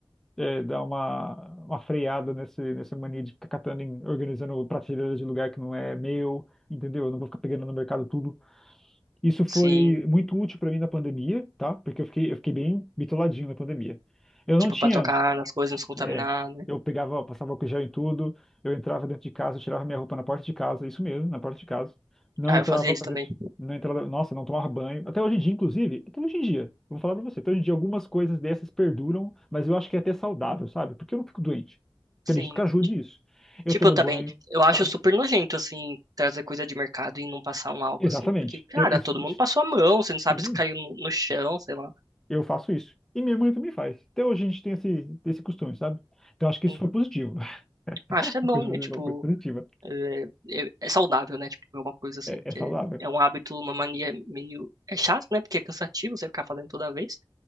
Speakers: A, in the centre; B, on the right (about 40°).
A: é, dar uma, uma freada nesse, nessa mania de ficar catando, em, organizando prateleiras de lugar que não é meu, entendeu? Eu não vou ficar pegando no mercado tudo. Isso foi
B: Sim.
A: muito útil para mim na pandemia, tá? Porque eu fiquei, eu fiquei bem bitoladinho na pandemia. Eu não
B: Tipo,
A: tinha
B: pra tocar nas coisas, não se contaminar,
A: é,
B: né?
A: eu pegava, passava álcool gel em tudo, eu entrava dentro de casa, eu tirava minha roupa na porta de casa, isso mesmo, na porta de casa. Não
B: Ah,
A: entrava
B: eu fazia isso
A: pra
B: também.
A: dentro, de- não entrava, nossa, não tomava banho. Até hoje em dia, inclusive, até hoje em dia, eu vou falar pra você, até hoje em dia algumas coisas dessas perduram, mas eu acho que é até saudável, sabe? Porque eu não fico doente. Acredito
B: Sim.
A: que ajude
B: Ti-
A: isso. Eu
B: Tipo,
A: tomo
B: eu também,
A: banho,
B: eu acho
A: sabe?
B: super nojento, assim, trazer coisa de mercado e não passar um álcool,
A: Exatamente.
B: assim, porque, cara,
A: Eu- isso,
B: todo mundo
A: isso.
B: passou a mão, você não sabe
A: Sim,
B: se caiu no, no chão, sei lá.
A: eu faço isso. E minha mãe também faz. Até hoje a gente tem esse, esse costume, sabe? Então acho que isso
B: Uhum.
A: foi positivo. <laughs>
B: Acho que é bom,
A: Uma coisa, uma
B: né? Tipo,
A: coisa positiva.
B: é, é- é saudável, né? Tipo, é uma coisa assim,
A: é
B: que
A: é saudável.
B: é, é um hábito, uma mania meio. É chato, né? Porque é cansativo você ficar fazendo toda vez,